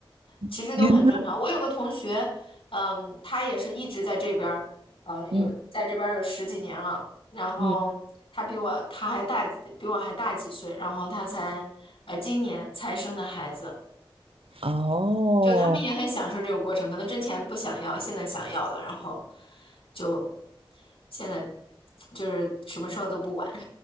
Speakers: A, on the right; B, on the left.
A: <laughs>
B: 其实都很正常。
A: 天呐，
B: 我有个同学，嗯，他也是一直在这边儿，嗯，
A: 嗯
B: 有在这边儿有十几年了。然后他比我他还大几，
A: 嗯，
B: 比我还大几岁。然后他才，呃，今年才生的孩子。
A: 哦。
B: 就他们也很享受这个过程，可能之前不想要，现在想要了，然后就现在就是什么时候都不晚。